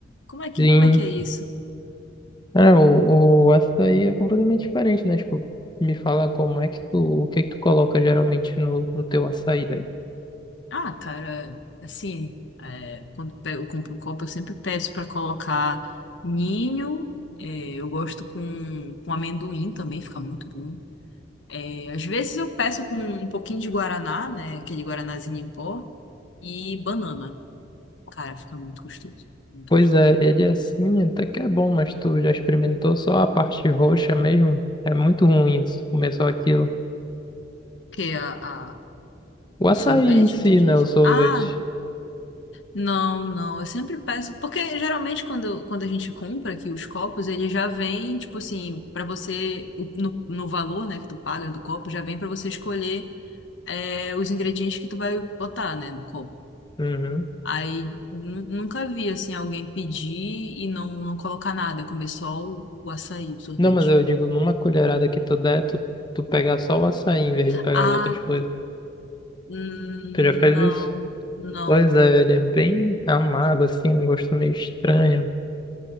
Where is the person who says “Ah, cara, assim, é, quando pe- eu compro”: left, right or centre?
Left